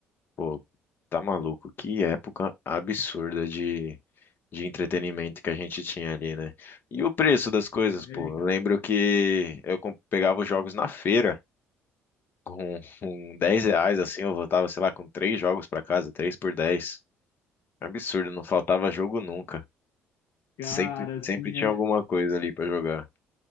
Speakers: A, on the left; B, on the left.
A: Pô, tá maluco. Que época absurda de, de entretenimento que a gente tinha ali, né? E o preço das coisas,
B: É,
A: pô. Eu
B: cara.
A: lembro que eu com- pegava os jogos na feira com, com 10 reais, assim. Eu voltava, sei lá, com três jogos pra casa, três por 10. Absurdo, não faltava jogo nunca.
B: Cara,
A: Sempre,
B: assim,
A: sempre tinha
B: é,
A: alguma coisa ali pra jogar.